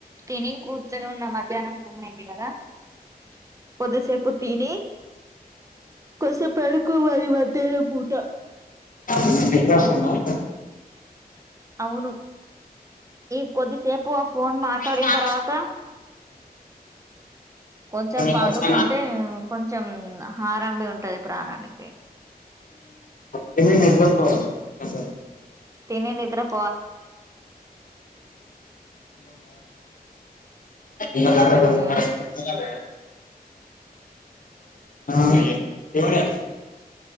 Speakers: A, on the right (about 20°); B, on the left (about 55°).
A: తిని కూర్ కూర్చొని ఉన్నా మధ్యాహ్నం టైమ్ అయింది కదా కొద్దిసేపు తిని కొద్దిసేపు పడుకోవాలి మధ్యాన్నం పూట
B: ఎందుకు అరుస్తున్నావ్
A: అవును ఈ కొద్దిసేపు ఆ ఫోన్ మాట్లాడిన
B: ఏ ఆ
A: తర్వాత కొంచెం పండుకుంటే
B: నట్లస్ <unintelligible>
A: కొంచెం హారంభి ఉంటది ప్రాణానికి
B: తెలీదు ఎప్పుడువస్తావని ఆ సర్
A: తినినిద్రపో
B: <unintelligible> అట్లా కాదే
A: ఉమ్
B: లే ఆ <unintelligible> ఎవరేం